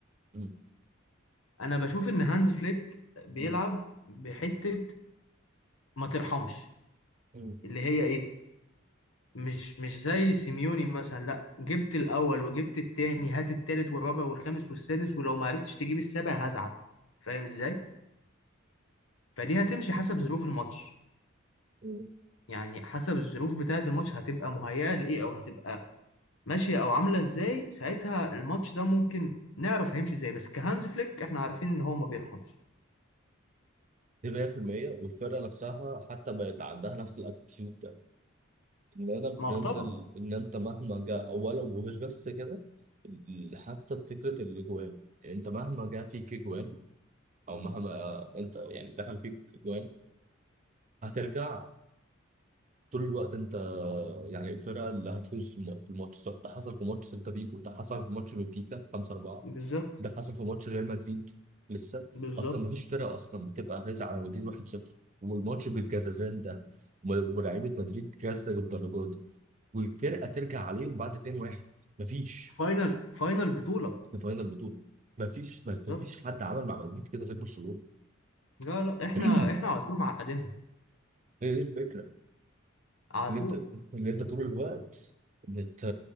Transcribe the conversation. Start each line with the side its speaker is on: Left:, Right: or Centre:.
Right: مم.
Left: انا بشوف ان هانز فليك بيلعب
Right: مم.
Left: بحته ما ترحمش
Right: مم.
Left: اللي هي ايه مش مش زي سيميوني مثلا لا جبت الاول وجبت التاني هات التالت والرابع والخامس والسادس ولو ما عرفتش تجيب السابع هزعل فاهم ازاي فدي هتمشي حسب ظروف الماتش
Right: مم.
Left: يعني حسب الظروف بتاعه الماتش هتبقى مهيئه لايه او هتبقى ماشيه او عامله ازاي ساعتها الماتش ده ممكن نعرف هيمشي ازاي بس كهانز فليك احنا عارفين ان هو ما بيرحمش
Right: دي 100% والفرقة نفسها حتى بقت عندها نفس الاتيتيود العنب
Left: ما
Right: بينزل
Left: هو طبعا
Right: ان انت مهما جاء اولا ومش بس كده ال- حتى في فكره الاجوان يعني انت مهما جاء فيك اجوان او مهما آه، انت يعني دخل فيك اجوان هترجع طول الوقت انت آه، يعني الفرقه اللي هتفوز في الم- في الماتش سواء ده حصل في ماتش سيلتا فيجو ده حصل في ماتش بنفيكا 5 4
Left: بالظبط
Right: ده حصل في ماتش ريال مدريد لسه
Left: بالظبط
Right: اصلا مفيش فرقه اصلا بتبقى فايزه على مدريد 1-0 والماتش بالجزازان ده ولاعيبه مدريد جازه للدرجه دي وفرقه ترجع عليهم بعد 2-1 مفيش
Left: فاينل فاينل بطوله
Right: في فاينل بطوله مفيش مفيش
Left: بالظبط
Right: حد عمل مع مدريد كده زي برشلونه
Left: لا لا احنا
Right: <clears throat>
Left: احنا على طول معقدينهم
Right: هي دي الفكره
Left: على
Right: ان
Left: طول
Right: انت ان انت طول الوقت بت,